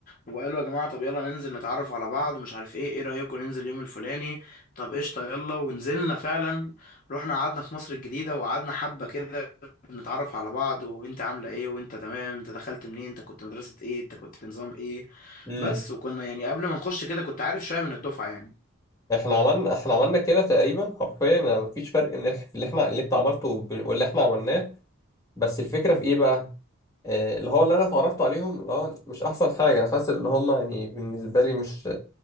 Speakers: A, on the left; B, on the left.
A: وقالوا يا جماعة طب يلا ننزل نتعرف على بعض مش عارف ايه ايه رأيكم ننزل يوم الفلاني طب قشطة يلا ونزلنا فعلا رحنا قعدنا في مصر الجديدة وقعدنا حبة كده نتعرف على بعض وانت عاملة ايه وانت تمام انت دخلت منين انت كنت مدرسة ايه انت كنت نظام ايه
B: امم
A: بس وكنا يعني قبل ما نخش كده كنت عارف شوية من الدفعة يعني
B: احنا عملنا احنا عملنا كده تقريبا حرفيا يعني مفيش فرق ان إح- في اللي احنا اللي انت عملته وب- واللي احنا عملناه بس الفكره في ايه بقى آه، اللي هو اللي انا اتعرفت عليهم اللي هو مش احسن حاجه انا حاسس ان هم يعني بالنسبه لي مش